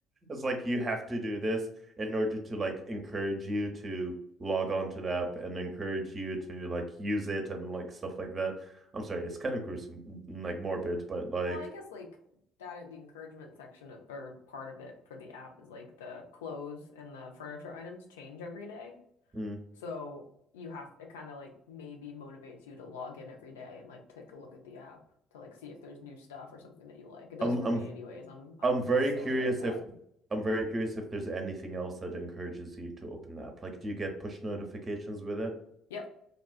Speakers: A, on the right; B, on the left.
A: it's like you have to do this in order to like encourage you to log on to the app and encourage you to like use it and like stuff like that. I'm sorry, it's kind of gruesome, mm, like morbid, but like
B: Well, I guess like that the encouragement section of- or part of it for the app is like the clothes and the furniture items change every day.
A: mm,
B: So you have it kind of like maybe motivates you to log in every day and like take a look at the app to like see if there's new stuff or something that you like. It does
A: I'm
B: for
A: I'm
B: me anyways. I'm I'm
A: I'm very
B: silly
A: curious
B: like that.
A: if I'm very curious if there's anything else that encourages you to open the app. Like, do you get push notifications with it?
B: Yep,